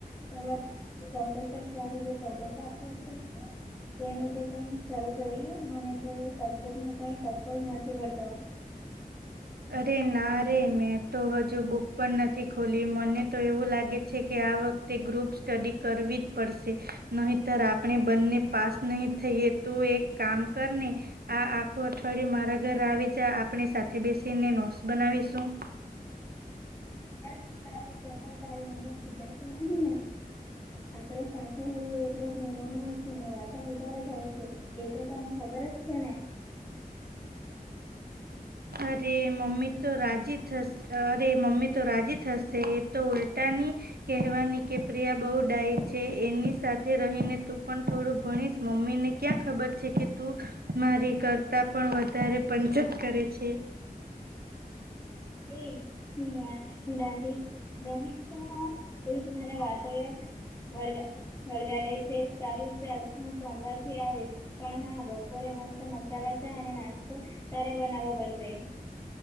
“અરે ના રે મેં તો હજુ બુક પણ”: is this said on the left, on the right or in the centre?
Right